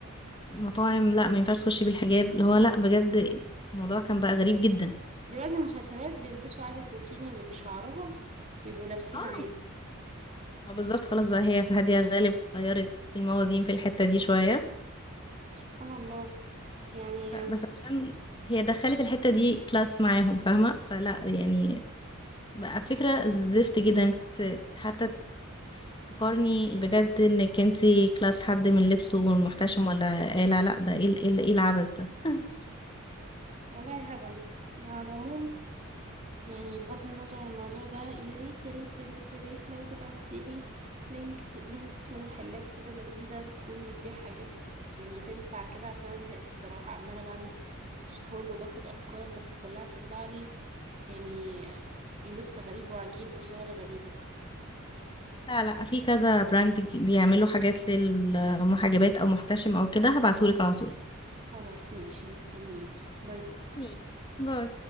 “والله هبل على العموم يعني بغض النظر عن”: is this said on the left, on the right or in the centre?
Right